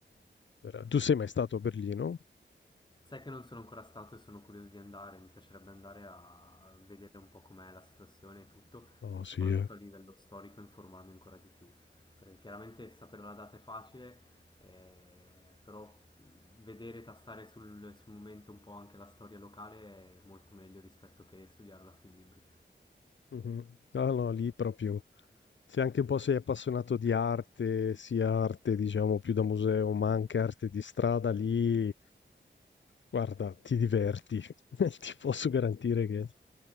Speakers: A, on the left (about 70°); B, on the left (about 25°).
A: Era- Tu sei mai stato a Berlino?
B: Sai che non sono ancora stato e sono curioso di andare, mi piacerebbe andare a vedere un po' com'è la situazione e tutto,
A: No,
B: e
A: sì,
B: soprattutto
A: eh.
B: a livello storico informarmi ancora di più, perché chiaramente sapere la data è facile, eh, però vedere, tastare sul, sul momento un po' anche la storia locale è molto meglio rispetto che studiarla sui libri.
A: Mhm. Ah no, lì proprio. Se anche un po' sei appassionato di arte, sia arte, diciamo, più da museo, ma anche arte di strada, lì, guarda, ti diverti. <laughs> Ti posso garantire che